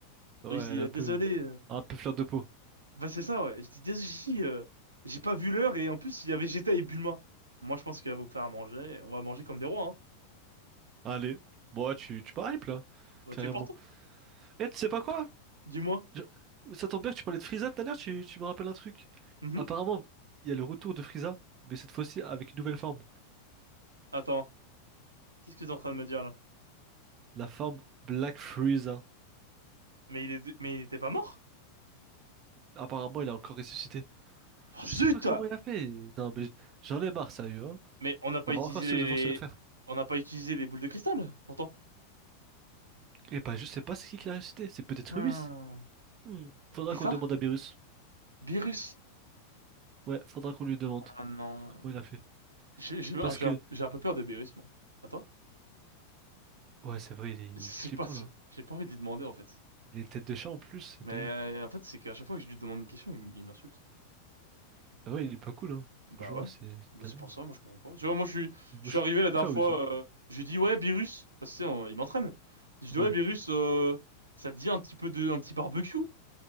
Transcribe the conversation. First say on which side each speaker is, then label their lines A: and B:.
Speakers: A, on the right (about 35°); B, on the right (about 80°).
A: Ouais,
B: Et je
A: elle
B: dis,
A: est
B: euh,
A: un
B: désolé,
A: peu...
B: euh,
A: un peu fleur de peau.
B: bah c'est ça, ouais. Je dis, désolé, Chichi, euh, j'ai pas vu l'heure et en plus, il y avait Geta et Bulma. Moi, je pense qu'il va vous faire à manger, on va manger comme des rois, hein.
A: Allez, bon, ouais, tu, tu m'hypes, là.
B: Bah,
A: Carrément.
B: tu es portant.
A: Eh, tu sais pas quoi?
B: Dis-moi.
A: Je- Ça tombe bien que tu parlais de Frieza tout à l'heure, tu, tu me rappelles un truc.
B: Mhm.
A: Apparemment, il y a le retour de Frieza, mais cette fois-ci avec une nouvelle forme.
B: Attends, qu'est-ce que t'es en train de me dire là?
A: La forme Black Frieza.
B: Mais il est, mais il était pas mort?
A: Apparemment, il a encore ressuscité.
B: Ah
A: Je
B: zut!
A: sais pas comment il a fait. Non, mais j'en ai marre, sérieux, hein.
B: Mais on n'a pas
A: On va
B: utilisé
A: encore se
B: les,
A: devoir se le faire.
B: on n'a pas utilisé les boules de cristal, pourtant.
A: Et bah, je sais pas c'est qui qui l'a ressuscité. C'est peut-être
B: Hmm.
A: Ruiz. Hmm. Faudra
B: C'est
A: qu'on
B: ça?
A: demande à Beerus.
B: Beerus.
A: Ouais, faudra qu'on lui demande
B: Ah non.
A: comment il a fait.
B: J'ai, j'ai,
A: Parce
B: ah, j'ai
A: que,
B: un, j'ai un peu peur de Beerus, moi. Pas toi?
A: ouais, c'est vrai, il est, il
B: c'est
A: est flippant
B: pas, si-
A: là.
B: j'ai pas envie de lui demander en fait.
A: Les têtes de chat en plus, c'est
B: Mais
A: dingue.
B: euh, en fait, c'est qu'à chaque fois que je lui demande une question, il, m- il m'insulte.
A: Ah ouais, il est pas cool, hein. Franchement,
B: Bah ouais,
A: c'est c'est
B: Bah, c'est
A: dingue.
B: pour ça, moi je comprends pas. Tu vois, moi je suis,
A: Moi,
B: je suis
A: je
B: arrivé
A: je
B: la dernière
A: préfère
B: fois,
A: Ruiz, hein.
B: euh, j'ai dit ouais, Beerus, parce que tu sais, on- il m'entraîne. J'ai dit
A: Ouais.
B: ouais, Beerus, euh, ça te dit un petit peu de, un petit barbecue?